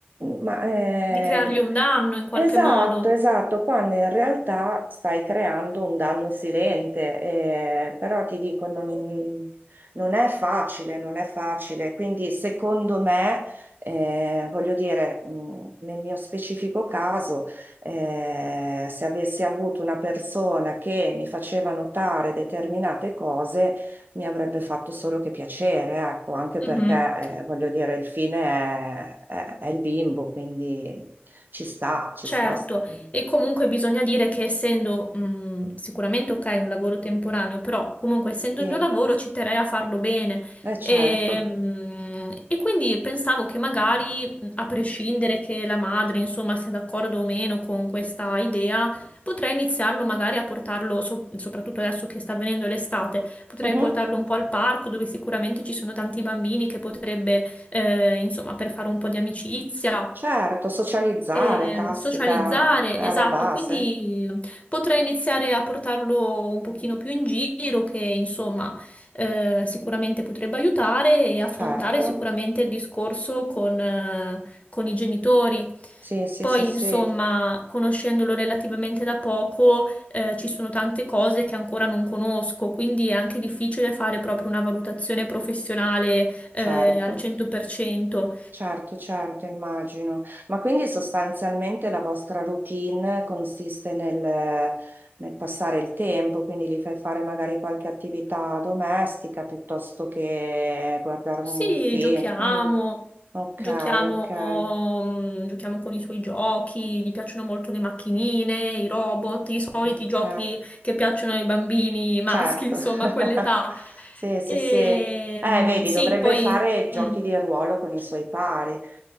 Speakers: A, on the right; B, on the left.
A: ma eh,
B: di creargli un danno in qualche
A: Esatto,
B: modo.
A: esatto, quando in realtà stai creando un danno silente, eh, però ti dico, non, non è facile, non è facile, quindi secondo me, eh, voglio dire, mh, nel mio specifico caso, eh, se avessi avuto una persona che mi faceva notare determinate cose, mi avrebbe fatto solo che piacere, ecco, anche
B: Mhm.
A: perché, eh, voglio dire, il fine è, è- è il bimbo, quindi... Ci sta, ci
B: Certo,
A: sta.
B: e comunque bisogna dire che essendo mh, sicuramente ok un lavoro temporaneo, però comunque essendo
A: Sì,
B: il mio lavoro ci terrei a farlo bene.
A: eh, certo.
B: E, mh, e quindi pensavo che magari, mh, a prescindere che la madre, insomma, sia d'accordo o meno con questa idea, potrei iniziarlo magari a portarlo, so- soprattutto adesso che sta avvenendo l'estate, potrei
A: Mhm.
B: portarlo un po' al parco dove sicuramente ci sono tanti bambini che potrebbe, eh, insomma, per fare un po' di amicizia.
A: Certo, socializzare,
B: E
A: caspita,
B: socializzare,
A: è alla
B: esatto,
A: base.
B: quindi potrei iniziare a portarlo un pochino più in giro, che insomma eh, sicuramente potrebbe aiutare e affrontare
A: Certo.
B: sicuramente il discorso con, eh, con i genitori.
A: Sì, sì,
B: Poi,
A: sì, sì,
B: insomma, conoscendolo relativamente da poco, eh, ci sono tante cose che ancora non conosco, quindi è anche difficile fare proprio una valutazione professionale, eh,
A: certo.
B: al 100%.
A: Certo, certo, immagino. Ma quindi sostanzialmente la vostra routine consiste nel, nel passare il tempo, quindi gli fai fare magari qualche attività domestica piuttosto che guardare
B: Sì,
A: un film.
B: giochiamo,
A: Mm. Ok,
B: giochiamo,
A: ok.
B: mm, giochiamo con i suoi giochi, gli piacciono molto le macchinine, i robot, i soliti
A: Ok,
B: giochi che piacciono ai bambini maschi,
A: certo.
B: <laughs> insomma,
A: <laughs>
B: a quell'età.
A: Sì,
B: E,
A: sì, sì. Eh,
B: mm,
A: vedi,
B: sì,
A: dovrebbe
B: poi...
A: fare giochi
B: mm,
A: di ruolo con i suoi pari.